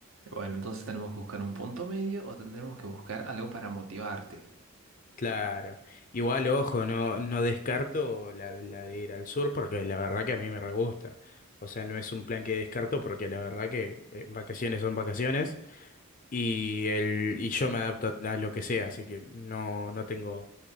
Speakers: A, on the right (about 65°); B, on the left (about 40°).
A: Bueno, entonces tenemos que buscar un punto medio o tendremos que buscar algo para motivarte.
B: Claro. Igual, ojo, no, no descarto la, la de ir al sur porque la verdad que a mí me re gusta. O sea, no es un plan que descarto porque la verdad que eh, vacaciones son vacaciones y, el, y yo me adapto a, a lo que sea, así que no, no tengo,